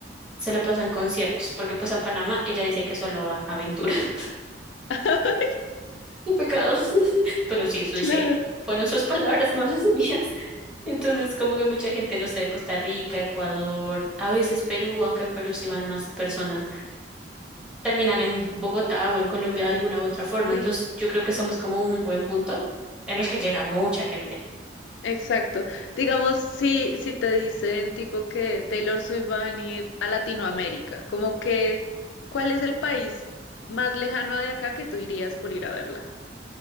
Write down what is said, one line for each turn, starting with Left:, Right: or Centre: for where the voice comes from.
Centre: se la pasa en conciertos, porque pues a Panamá ella dice que solo va a aventura. <laughs>
Left: <laughs>
Centre: Qué pecado. <laughs> Pero sí, eso
Left: Claro,
Centre: dice ella. Fueron sus <laughs> palabras, no las mías. Entonces, como que mucha gente, no sé, de Costa Rica, Ecuador, a veces Perú, aunque en Perú sí van más personas. terminan en Bogotá o en Colombia de alguna u otra forma.
Left: sí,
Centre: Entonces, yo creo que somos como un buen punto en el que llega mucha gente.
Left: exacto. Digamos, si, si te dicen tipo que Taylor Swift va a venir a Latinoamérica, como que, ¿cuál es el país más lejano de acá que tú irías por ir a verla?